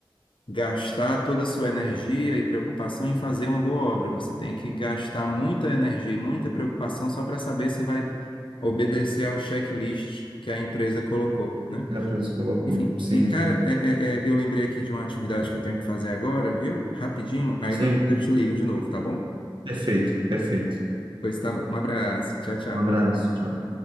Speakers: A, on the left; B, on the right.
A: gastar toda a sua energia e preocupação em fazer uma boa obra. Você tem que gastar muita energia e muita preocupação só para saber se vai obedecer ao checklist que a empresa colocou, né?
B: Dá para você colocou.
A: Enfim,
B: Sim,
A: e cara, é- é- é, eu lembrei aqui de uma atividade que eu tenho que fazer agora, viu? Rapidinho, aí
B: sim.
A: depois eu te ligo de novo, tá bom?
B: Perfeito, perfeito.
A: Pois tá bom. Um abraço. Tchau, tchau.
B: Um abraço, tchau.